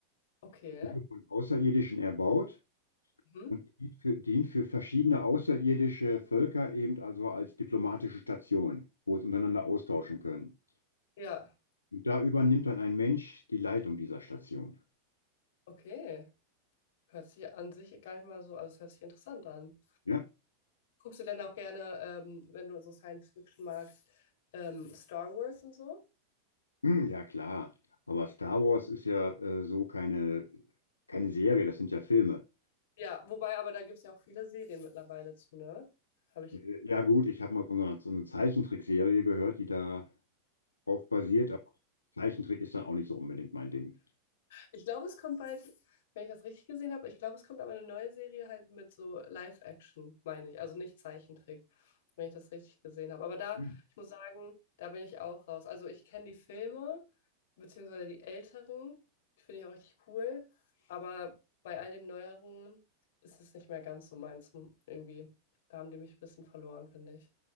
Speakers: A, on the left (about 55°); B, on the left (about 75°).
A: Okay.
B: Die wurde von Außerirdischen erbaut
A: Mhm.
B: und dient für, dient für verschiedene außerirdische Völker eben also als diplomatische Station, wo sie untereinander austauschen können.
A: Ja,
B: Da übernimmt dann ein Mensch die Leitung dieser Station.
A: okay. Hört sich an sich gar nicht mal so, also es hört sich interessant an.
B: Ja,
A: Guckst du denn auch gerne, ähm, wenn du so Science Fiction magst, ähm, Star Wars und so?
B: Hm, ja klar. Aber Star Wars ist ja äh, so keine, keine Serie, das sind ja Filme.
A: Ja, wobei, aber da gibt es ja auch viele Serien mittlerweile zu, ne? Habe ich.
B: Äh, Ja gut, ich habe mal von so einer, so einer Zeichentrickserie gehört, die darauf basiert, aber Zeichentrick ist dann auch nicht so unbedingt mein Ding.
A: Ich glaube, es kommt bald, wenn ich das richtig gesehen habe, ich glaube, es kommt aber eine neue Serie halt mit so Live-Action, meine ich. Also nicht Zeichentrick, wenn ich das richtig gesehen habe. Aber da,
B: Hm,
A: ich muss sagen, da bin ich auch raus. Also ich kenne die Filme, beziehungsweise die älteren, die finde ich auch richtig cool. Aber bei all dem Neueren ist es nicht mehr ganz so meins hm, irgendwie. Da haben die mich ein bisschen verloren, finde ich.